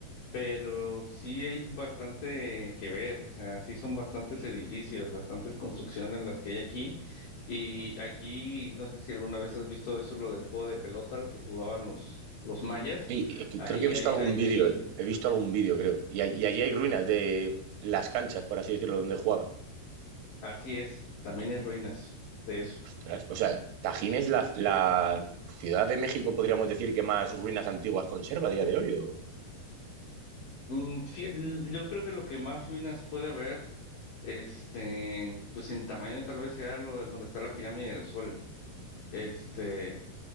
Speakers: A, on the left; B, on the right.
A: pero sí hay bastante que ver, o sea, sí son bastantes edificios, bastantes construcciones las que hay aquí. Y aquí, no sé si alguna vez has visto eso, lo del juego de pelota al que jugaban los, los mayas.
B: Ey, eh, que
A: Ahí,
B: creo que he
A: ahí,
B: visto algún
A: ahí,
B: vídeo,
A: ahí,
B: eh. he visto algún vídeo, creo. Y, a- y allí hay ruinas de las canchas, por así decirlo, donde jugaban.
A: así es, también hay ruinas de eso.
B: Ostras, o sea, Tajín es la, la ciudad de México, podríamos decir, que más ruinas antiguas conserva a día de hoy. ¿o?
A: Mm, fí- l- Yo creo que lo que más ruinas puede haber, este, pues en tamaño tal vez sea lo de donde está la pirámide del Sol. Este,
B: Mm,